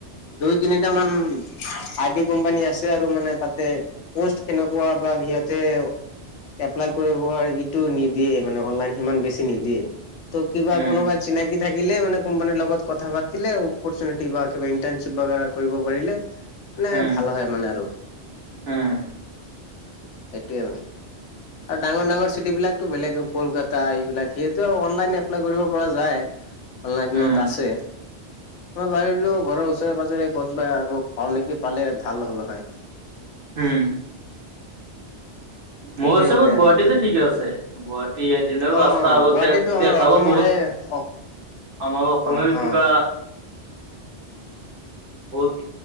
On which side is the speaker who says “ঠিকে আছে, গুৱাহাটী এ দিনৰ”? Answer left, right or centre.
Right